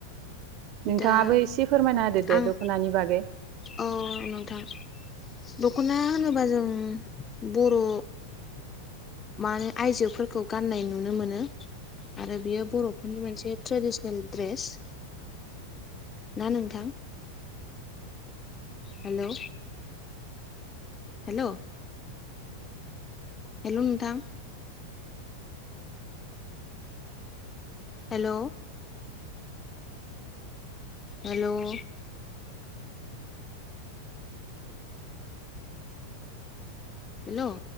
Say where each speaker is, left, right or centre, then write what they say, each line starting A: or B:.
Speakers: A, on the right; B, on the left.
A: नोंथाङाबो
B: दा
A: एसे फोरमायना होदो दे
B: आं
A: दख'नानि बागै
B: औ नोंथां दख'ना होनोबा जों बर' माने आयजोफोरखौ गाननाय नुनो मोनो। आरो बेयो बर'फोरनि मोनसे ट्रेडिसनेल दड्रेस ना नोंथां। हेलौ। हेलौ। हेल' नोंथां। हेलौ। हेलौ। हेलौ